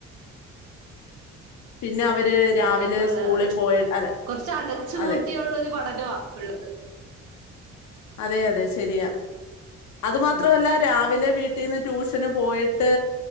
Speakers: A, on the left; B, on the right.
A: പിന്നെ അവര് രാവിലെ
B: അങ്ങനെയൊക്കെയൊള്ള
A: സ്കൂളിൽ പോയി അല്ല
B: കൊറച്ച് അടച്ചു
A: അതെ
B: പൂട്ടിയുള്ളൊരു പഠനവ ഇപ്പല്ലദ്
A: അതെ അതെ ശരിയാ അത് മാത്രമല്ല
B: ഉം
A: രാവിലെ വീട്ട ട്ടീന്ന് ട്യൂഷന് പോയിട്ട്